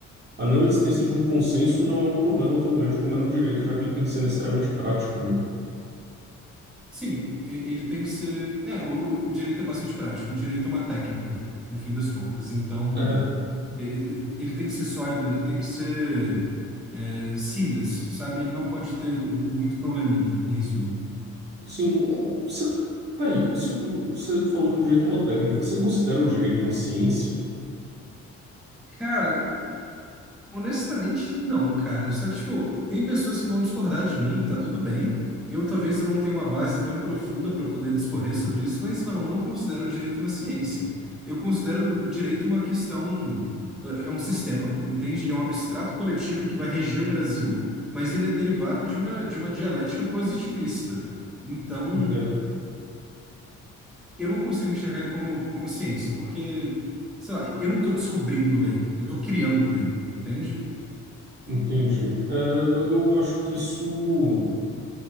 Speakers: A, on the right; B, in the centre.
A: a não existência de um consenso não é um problema tão grande como é no direito, já que ele tem que ser necessariamente prático, né?
B: sim, e- ele tem que ser. É, o, o o direito é bastante prático, o direito é uma técnica, no fim das contas. Então,
A: É, é,
B: e- e- ele tem que ser sólido, ele tem que ser é, seamless, sabe? Ele não pode ter muito probleminha, em resumo.
A: assim, o- você, tá aí, se, o- você falou que o direito é uma técnica. Você considera o direito uma ciência?
B: Cara, Honestamente, não, cara. Só que, tipo, tem pessoas que vão discordar de mim, tá tudo bem. Eu talvez eu não tenha uma base tão profunda para poder discorrer sobre isso, mas não, eu não considero o direito uma ciência. Eu considero o direito uma questão, eh, é um sistema, entende? Ele é um abstrato coletivo que vai reger o Brasil, mas ele é derivado de uma, de uma dialética positivista. Então,
A: Entendo.
B: eu não consigo enxergar ele como, como ciência, porque, sei lá, eu não estou descobrindo lei, eu estou criando lei, entende?
A: Entendi. É, eu acho que isso.